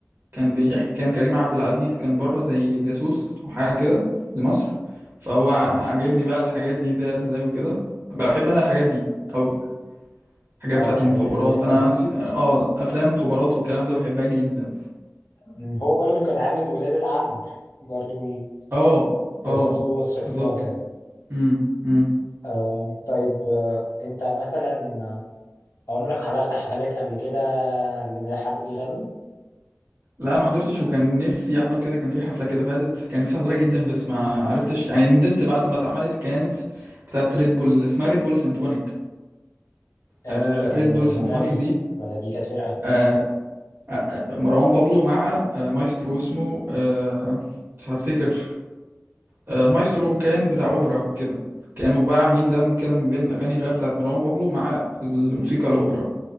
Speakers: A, on the right; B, on the left.
A: كان بيحكي كان كريم عبد العزيز كان بره زي جاسوس أو حاجة كده لمصر فهو عاجبني بقى الحاجات دي دايرة ازاي وكده بحب أنا الحاجات دي أوي الحاجات
B: اه
A: بتاعة
B: الحاجات
A: المخابرات
B: اللي هي فيها
A: أنا نسيت اه أفلام المخابرات والكلام ده بحبها جدا
B: م، هو برضو كان عامل ولاد العم برضو
A: اه
B: جاسوس
A: اه
B: جوه اسرائيل
A: بالظبط
B: وهكذا
A: امم امم.
B: آم، طيب آه، انت مثلا آه، عمرك حضرت حفلات قبل كده لان حد بيغني
A: لا ما حضرتش وكان نفسي احضر كده كان في حفله كده فاتت كان نفسي احضرها جدا بس ما عرفتش يعني ندمت بعد ما اتعملت كانت بتاعت ريد بول اسمها ريد بول سيمفونيك
B: آه،
A: آه
B: مين اللي كان
A: ريد بول
B: المغني
A: سيمفونيك دي
B: ولا دي كانت فرقه
A: آه آه، كان مروان بابلو مع آه مايسترو اسمه آه مش هفتكر آه مايسترو كان بتاع اوبرا وكده كانوا بقى عاملين دمج كده من بين اغاني الراب بتاعت مروان بابلو مع الموسيقى الاوبرا